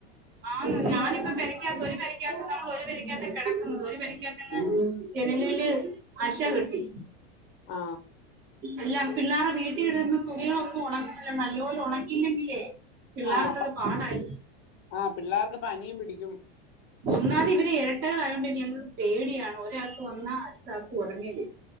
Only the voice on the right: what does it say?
ആന്ന് ഞാനിപ്പ പെരക്കാത്ത് ഒര് പെരക്കാത്ത് നമ്മള് ഒര് പെരക്കാത്ത് കെടക്ക്ന്നത് ഒര് പെരക്കാത്തങ്ങ് ജനലേല് അഷകെട്ടി
എല്ലാം പിള്ളാര്ടെ വീട്ടിയിട്ന്ന തുണികളൊന്നും ഒണങ്ങ്ന്നില്ലാ നല്ല പോലെ ഒണങ്ങിയില്ലെങ്കിലേ പിള്ളാർക്കത്
പാടാരി
ഒന്നാമത് ഇവര് എരട്ടകളായകൊണ്ട് ഞങ്ങക്ക് പേടിയാണ് ഒരാൾക്ക് വന്നാ അട്ത്താൾക്കും ഒടനെ വരും.